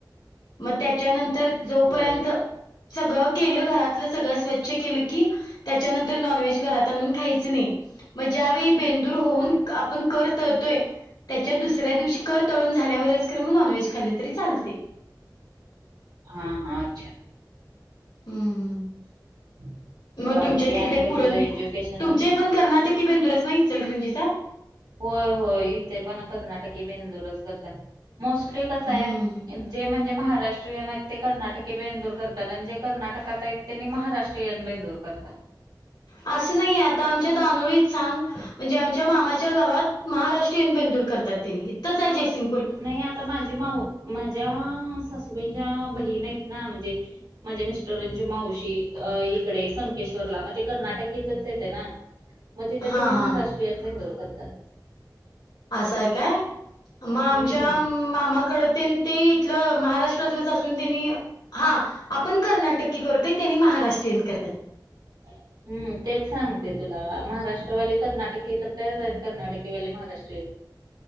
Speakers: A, on the left; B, on the right.
A: मग त्याच्यानंतर जोपर्यंत
B: होय.
A: सगळं केलं घरातलं, सगळं स्वच्छ केलं की त्याच्यानंतर नॉनव्हेज घरात आणून खायच नाही, मग ज्या वेळी बेंदूर होऊन
B: हम्म
A: आपण कर तळतोय त्याच्या दुसऱ्या दिवशी, कर तळून झाल्यावरच खर मग नॉनव्हेज खाल्ल तरी चालतंय.
B: हा हा अच्छा.
A: हम्म, हम्म.
B: <unintelligible>
A: म
B: बाकी
A: तुमच्या
B: आणि
A: तिकडे
B: काय
A: पुरण
B: तुझं एज्युकेशन
A: पो, तुमचे
B: वगैरे
A: पण कर्नाटकी बेंदुरच ना इचलकरंजीचा.
B: होय-होय इथे पण कर्नाटकी बेंदू रच करत्यात, मोस्टली कसय
A: हम्म.
B: जे म्हणजे महाराष्ट्रीयन हाईत. ते कर्नाटकी बेंदूर करतात, आणि जे कर्नाटकात आहेत ते महाराष्ट्रीयन बेंदूर करतात.
A: असं नाही, आता आमच्या दानोळीत सांग, म्हणजे आमच्या मामाच्या गा गावात महाराष्ट्रीयन बेंदूर करतात, त्यांनी इथचं आहे जयसिंग
B: नाही आता माझी माऊ माझ्या सासूबाईंच्या बहीण आहेत. ना म्हणजे माझे मिस्टर अंजू मावशी इकडे संकेश्वरला मग ते कर्नाटकेतचं येतंय ना, म तिथे
A: हा
B: त्यांनी
A: हा
B: महाराष्ट्रीयन बेंदूर करतात.
A: असं आहे काय मग आम
B: हम्म
A: च्या मामाकडतेन ते इथलं महाराष्ट्रातलंच असून, त्यांनी हा आपण कर्नाटकी करतोय, त्यांनी महाराष्ट्रीयन करत्यात.
B: हम्म, तेच सांगते तुला महाराष्ट्र <unintelligible> वाली कर्नाटकी करत्यात, आणि कर्नाटकीवाली महाराष्ट्रीयन.